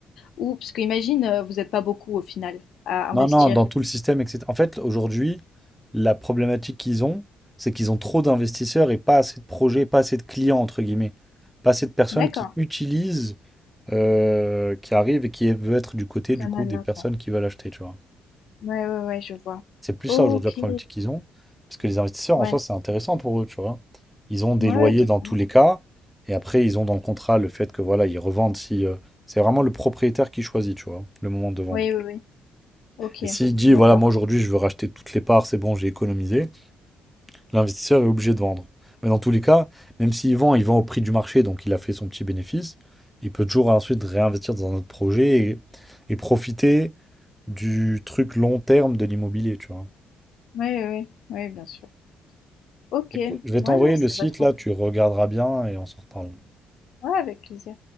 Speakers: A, on the left (about 60°); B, in the centre.
A: Ou parce qu'imagine, heu, vous êtes pas beaucoup au final à investir.
B: Non, non, dans tout le système, etc. En fait, aujourd'hui, la problématique qu'ils ont, c'est qu'ils ont trop d'investisseurs et pas assez de projets, pas assez de clients, entre guillemets. Pas assez de personnes
A: D'accord,
B: qui utilisent, euh, qui arrivent et qui veulent être du côté,
A: canal
B: du coup, des
A: là
B: personnes
A: quoi.
B: qui veulent acheter, tu vois.
A: Ouais, ouais, ouais, je vois.
B: C'est plus
A: OK.
B: ça aujourd'hui la problématique qu'ils ont. Parce que les investisseurs,
A: Ouais.
B: en soi, c'est intéressant pour eux, tu vois. Ils ont des
A: Ouais,
B: loyers
A: ouais, totalement.
B: dans tous les cas. Et après, ils ont dans le contrat le fait que voilà, ils revendent si. euh, c'est vraiment le propriétaire qui choisit, tu vois, le moment de vendre.
A: Oui, oui, oui. OK,
B: Et s'il dit,
A: d'accord.
B: voilà, moi aujourd'hui, je veux racheter toutes les parts, c'est bon, j'ai économisé, l'investisseur est obligé de vendre. Mais dans tous les cas, même s'il vend, il vend au prix du marché, donc il a fait son petit bénéfice. Il peut toujours ensuite réinvestir dans un autre projet et, et profiter du truc long terme de l'immobilier, tu vois.
A: Oui oui oui bien sûr. OK.
B: Écoute,
A: Ouais,
B: je vais t'envoyer
A: non, c'est
B: le site,
A: vachement
B: là, tu regarderas bien et on se reparle.
A: ouais, avec plaisir.